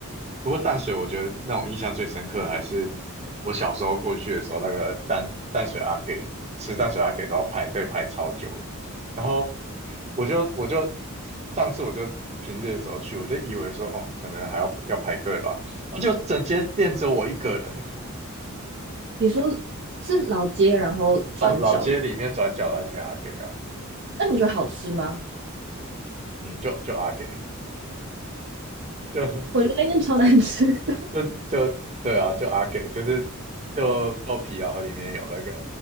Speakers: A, on the right; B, on the right.
A: 不过淡水，我觉得让我印象最深刻的还是我小时候过去的时候，那个淡淡水阿给吃淡水阿给都要排队排超久的，然后我就我就上次我就平日的时候去，我就以为说哦，可能还要要排队吧，然后就整间店只有我一个人，
B: 你说是老街，然后转角，
A: 哦老街里面转角那间阿给啊，
B: 那你觉得好吃吗？
A: 嗯，就就阿给，<laughs> 就
B: 我觉得那间超难吃的。
A: 就就对啊，就阿给，就是就豆皮，然后里面有那个